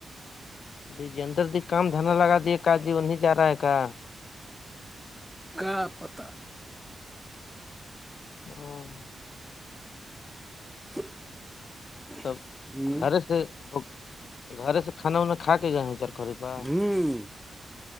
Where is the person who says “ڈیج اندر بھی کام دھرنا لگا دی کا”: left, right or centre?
Left